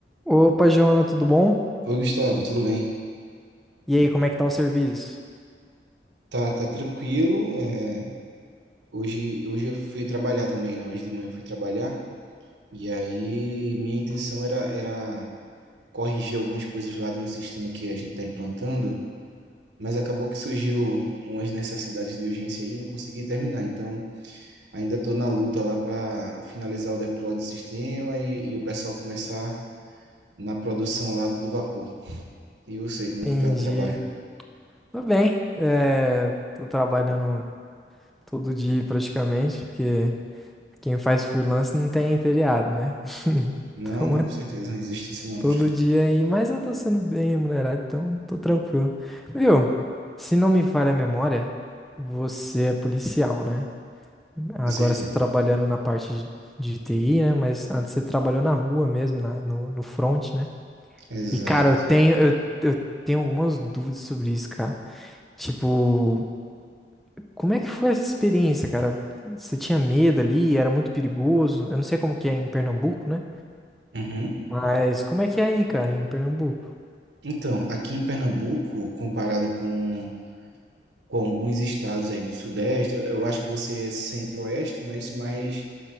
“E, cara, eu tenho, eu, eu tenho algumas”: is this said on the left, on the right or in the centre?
Centre